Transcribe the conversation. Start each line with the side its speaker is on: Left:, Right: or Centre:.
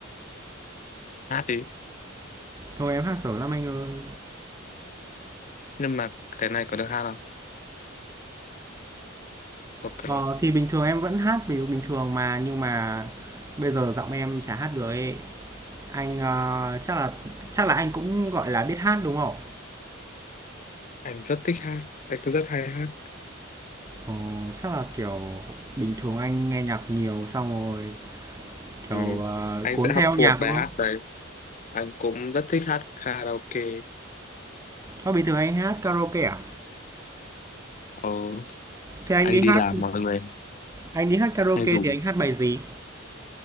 Left: hát đi
Right: Thôi em hát dở lắm anh ơi.
Left: nhưng mà cái này có được hát không ok
Right: Ờ, thì bình thường em vẫn hát bình bình thường mà nhưng mà bây giờ giọng em chả hát được ấy. Anh ờ, chắc là chắc là anh cũng gọi là biết hát đúng không?
Left: anh rất thích hát anh cũng rất hay hát
Right: Ồ, chắc là kiểu bình thường anh nghe nhạc nhiều xong rồi
Left: ừ.
Right: kiểu ờ,
Left: anh
Right: cuốn
Left: sẽ học
Right: theo
Left: thuộc
Right: nhạc
Left: bài
Right: đúng không?
Left: hát đấy anh cũng rất thích hát karaoke
Right: Có bình thường anh hát karaoke à?
Left: ờ
Right: Thế anh
Left: anh
Right: đi
Left: đi
Right: hát
Left: làm mọi người
Right: Anh đi hát karaoke
Left: hay dùng
Right: thì anh hát bài gì?